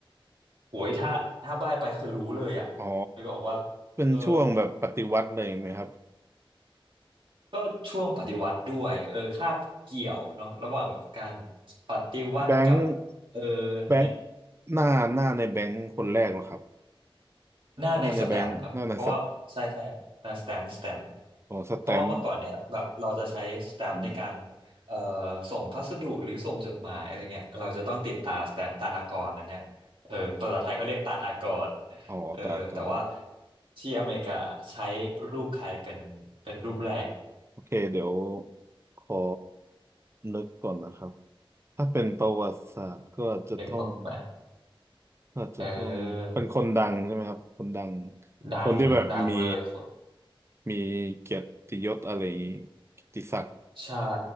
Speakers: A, on the right; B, on the right.
A: โหยถ้าถ้าบ้ายไปคือรู้เลยอ่ะไม่บอกว่า
B: อ๋อเป็นช่วงแบบปฏิวัติอะไรไหมครับ
A: เออก็ช่วงปฏิวัติด้วยเออคาบเกี่ยวเนาะระหว่างการปฏิวัติกับ
B: แบงค์
A: เอออะไรเงี้ย
B: แบงค์หน้าหน้าในแบงค์คนแรกเหรอครับ
A: หน้าในสแตมป์ครับเพราะว่าใช่ใช่หน้าสแตมป์สแตมป์
B: หน้าในแบงค์หน้าในสั ของสแตมป์
A: เพราะว่าเมื่อก่อนเนี้ยแบบเราจะใช้สแตมป์ในการ
B: อืม
A: เอ่อส่งพัสดุหรือส่งจดหมายอะไรเงี้ยเราจะต้องติดตาสแตมป์ตาอากรอันเนี้ยเออภาษาไทยเขาเรียกตาอากร
B: อ๋อตายก่อน
A: เออแต่ว่าที่อเมริกาใช้รูปใครเป็นเป็นรูปแรก
B: โอเคเดี๋ยวขอนึกก่อนนะครับถ้าเป็นประวัติศาสตร์ก็อาจจะต้อง
A: เอกออกไหมา
B: ก็อาจจะต้องเป็นคนดังใช่ไหมครับคนดัง
A: เออดังดังเลยคน
B: คนที่แบบมีมีเกียรติยศอะไรอย่างนี้เกียรติศักดิ์
A: ใช่